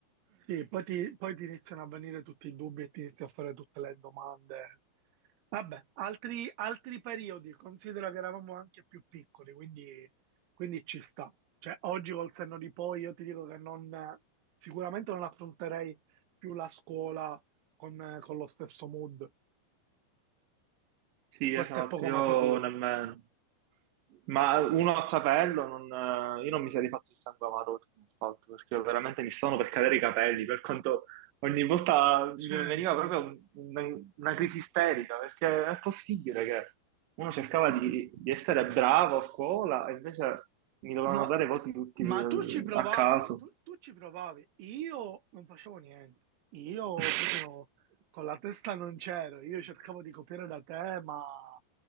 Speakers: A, on the right; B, on the right.
A: Sì, poi ti, poi ti iniziano a venire tutti i dubbi e ti inizi a fare tutte le domande. Vabbè, altri, altri periodi, considera che eravamo anche più piccoli, quindi, quindi ci sta. Cioè, oggi col senno di poi io ti dico che non, sicuramente non affronterei più la scuola con, con lo stesso mood.
B: Sì,
A: Questo
B: esatto,
A: è poco
B: io
A: ma sicuro.
B: nemmeno. Ma uno a saperlo, non- io non mi sarei fatto il sangue amaro se non fatto, perché veramente mi stavano per cadere i capelli, per quanto ogni volta mi
A: Certo.
B: veniva proprio un- un- una crisi isterica, perché è possibile che uno cercava di, di essere bravo a scuola e invece mi dovevano
A: Ma,
B: dare voti tutti
A: ma
B: eh,
A: tu ci provavi,
B: a caso.
A: tu, tu ci provavi, io non facevo niente, io
B: <laughs>
A: proprio con la testa non c'ero, io cercavo di copiare da te, ma